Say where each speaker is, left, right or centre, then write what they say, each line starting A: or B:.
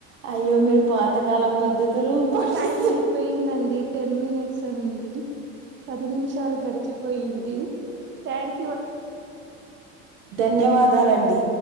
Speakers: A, on the right; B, on the right.
A: అయ్యో మీరు పాతకాలం పద్ధతులు పాటిస్తు
B: టైం అయిపోయిందండి టెన్ మినిట్స్ అండి పది నిమిషాలు గడిచిపోయింది త్య
A: ధన్యవాదాలండి